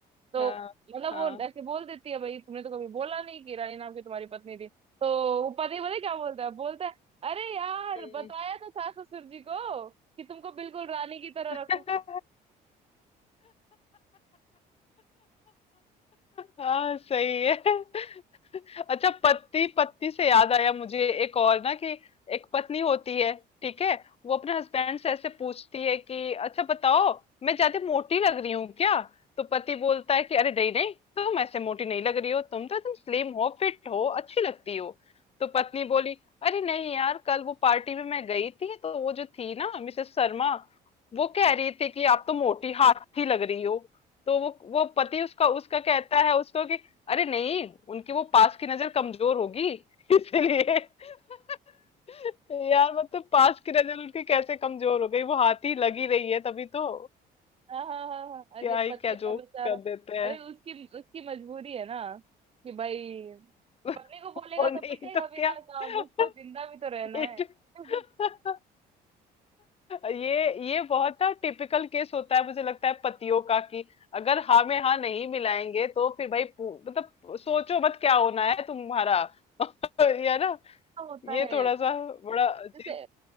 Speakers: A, on the right; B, on the left.
A: तो
B: हाँ
A: मतलब
B: हाँ
A: वो ऐसे बोल देती है भाई तुमने तो कभी बोला नहीं कि रानी नाम की तुम्हारी पत्नी थी तो वो पति बोले क्या बोलता है बोलता है अरे यार
B: हम्म
A: बताया तो था ससुर जी को कि तुमको बिल्कुल रानी की तरह रखूंगा
B: <laughs> हाँ सही है अच्छा पत्नी पत्नी से याद आया मुझे एक और ना कि एक पत्नी होती है ठीक है वो अपने हस्बैंड से ऐसे पूछती है कि अच्छा बताओ मैं ज्यादा मोटी लग रही हूँ क्या तो पति बोलता है कि अरे नहीं नहीं तुम ऐसे मोटी नहीं लग रही हो तुम तो एकदम स्लिम हो फिट हो अच्छी लगती हो तो पत्नी बोली अरे नहीं यार कल वो पार्टी में मैं गई थी तो वो जो थी ना मिसेस शर्मा वो कह रही थी कि आप तो मोटी हाथी लग रही हो तो वो वो पति उसका उसका कहता है उसको कि अरे नहीं उनकी वो पास की नजर कमजोर होगी <laughs> इसलिए <laughs> यार मतलब पास की नजर उनकी कैसे कमजोर हो गई वो हाथी लगी रही है तभी तो
A: हाँ हाँ हाँ हाँ, हाँ। अरे
B: क्या ही
A: पति
B: क्या
A: है ना
B: जोक
A: बेचारा
B: कर देते हैं
A: अरे उसकी उसकी मजबूरी है ना कि भाई
B: <laughs>
A: पत्नी को बोलेगा
B: और
A: तो
B: नहीं
A: पिटेगा
B: तो
A: बिना
B: क्या
A: काम
B: <laughs>
A: उसको जिंदा भी तो
B: पीठ
A: रहना है <laughs> वही
B: <laughs> ये ये बहुत ना टिपिकल केस होता है मुझे लगता है पतियों का कि अगर हाँ में हाँ नहीं मिलाएंगे तो फिर भाई पू- मतलब सोचो मत क्या होना है तुम्हारा <laughs> ये ना
A: तो होता है
B: ये थोड़ा सा
A: वो
B: बड़ा अजीब
A: जैसे